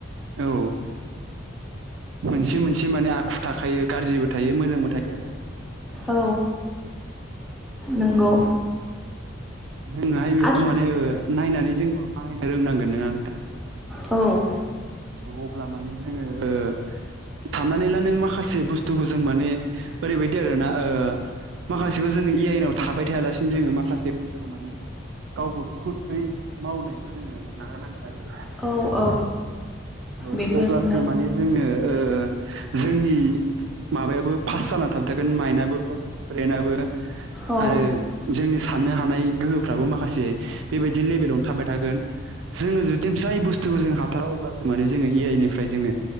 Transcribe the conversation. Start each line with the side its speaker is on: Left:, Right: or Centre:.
Right: औ मोनसे मोनसे माने आखु थाखायो गारजिबो थायो मोजांबो थायो आरो
Centre: औ नंगौ
Right: जोङोहाय बेखौ
Centre: आरो
Right: माने ओ नायनानै जोंबो बाहायनो रोंनांगोन नङा नोंथां
Centre: औ
Right: अब्ला माने जोङो ओ साननानै ला नों माखासे बुस्थुखौ जों माने ओरैबायदि आरोना ओ माखासेखौ जोङो ए आइ नाव थाबाय थायालासिनो जोङो माखासे बुस्थुखौ माने गावबो खुथै मावनायखौ जोङो नाजानांगोन आरो
Centre: औ औ
Right: औ
Centre: बेफोरनो
Right: अब्लासो माने जोङो ओ जोंनि माबायाबो पास जाना थाबथागोन माइनाबो बा ब्रेनाबो
Centre: औ
Right: आरो जोंनि साननो हानाय गोहोफ्राबो माखासे बेबायदि लेभेलावनो थाबाय थागोन जोङो जुदि जाय बुस्थुखौ जों हाथारा अब्लासो माने जोङो ए आइ निफ्राय जोङो